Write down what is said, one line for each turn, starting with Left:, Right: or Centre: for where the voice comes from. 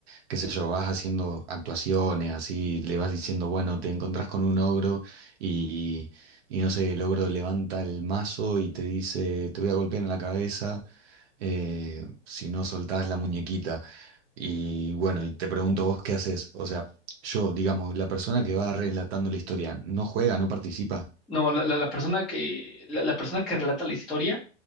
Right: qué sé yo, vas haciendo actuaciones, así le vas diciendo, bueno, te encontrás con un ogro y, y no sé, el ogro levanta el mazo y te dice, te voy a golpear en la cabeza eh, si no soltás la muñequita. Y bueno, y te pregunto vos qué haces. O sea, yo, digamos, la persona que va relatando la historia, ¿no juega, no participa?
Centre: No, la, la- la persona que, la, la persona que relata la historia,